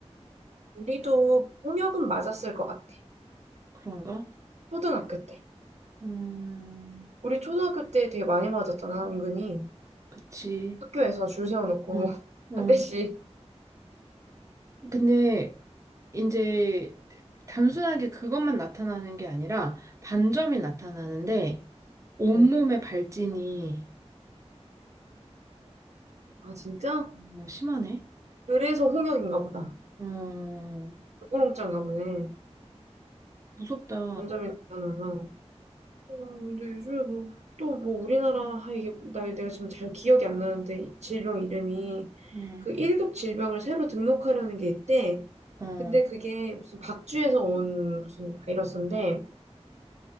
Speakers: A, on the right; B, on the right.
A: 우리도 폭력은 맞았을 것 같아.
B: 그런가?
A: 초등학교 때.
B: 음,
A: 우리 초등학교 때 되게 많이 맞았잖아, 은근히.
B: 그치.
A: 학교에서 줄 세워놓고
B: 응
A: <laughs>
B: 응
A: 한 대씩.
B: 근데 이제 단순하게 그것만 나타나는 게 아니라 반점이 나타나는데 온몸에
A: 어.
B: 발진이
A: 아, 진짜?
B: 너무 심하네.
A: 그래서 홍역인가 보다.
B: 어,
A: 꿀꼬롱짠가 보네.
B: 무섭다.
A: 반점이 나타나서. 어, 근데 요즘에 뭐, 또 뭐 우리나라, 아, 이게, 나 내가 지금 잘 기억이 안 나는데, 이 질병 이름이.
B: 응.
A: 그 1급 질병을 새로 등록하려는 게 있대.
B: 어,
A: 근데 그게 무슨 박쥐에서 온 무슨 바이러스인데,